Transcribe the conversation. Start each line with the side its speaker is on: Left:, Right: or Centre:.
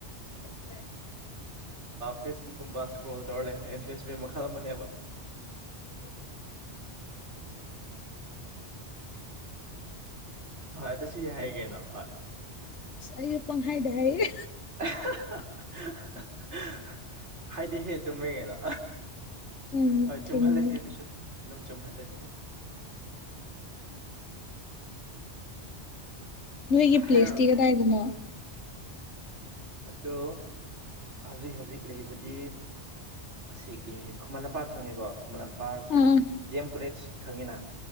Left: ꯀꯔꯤ
Right: ꯐꯦꯁꯕꯨꯛꯀꯨꯝꯕꯥ ꯁꯀ꯭ꯔꯣꯜ ꯇꯧꯔ ꯂꯩ ꯏꯟꯚꯦꯁꯃꯦꯟ ꯃꯈꯜ ꯑꯃꯅꯦꯕ ꯍꯣꯏ ꯑꯗꯨꯁꯨ ꯌꯥꯏꯌꯦ ꯀꯩꯅꯣ ꯍꯣꯏ
Left: ꯑꯁ ꯑꯩꯁꯨ ꯄꯪꯍꯥꯏꯗ ꯍꯥꯏꯌꯦ
Right: <unintelligible> ꯍꯥꯏꯗꯤꯍꯦ ꯆꯨꯝꯃꯦ ꯀꯩꯅꯣ
Left: ꯎꯝ
Right: ꯍꯣꯏ
Left: ꯆꯨꯝꯃꯤ
Right: ꯆꯨꯝꯍꯜꯂꯁꯤ ꯑꯗꯨꯁꯨ ꯑꯗꯨꯝ ꯆꯨꯝꯍꯜꯂꯁꯤ
Left: ꯅꯣꯏꯒꯤ ꯄ꯭ꯂꯦꯁꯇꯤ
Right: ꯍꯥꯏꯔꯣ
Left: ꯀꯗꯥꯏꯗꯅꯣ
Right: ꯑꯗꯣ ꯍꯧꯖꯤꯛ ꯍꯧꯖꯤꯛ ꯂꯩꯕꯨꯗꯤ ꯁꯤꯒꯤ ꯈꯨꯃꯟ ꯂꯝꯄꯥꯛ ꯈꯪꯉꯦꯀꯣ ꯈꯨꯃꯟ ꯂꯝꯄꯥꯛ
Left: ꯑꯥ
Right: ꯗꯤ ꯑꯦꯝ ꯀꯣꯂꯦꯖ ꯈꯪꯉꯤꯅ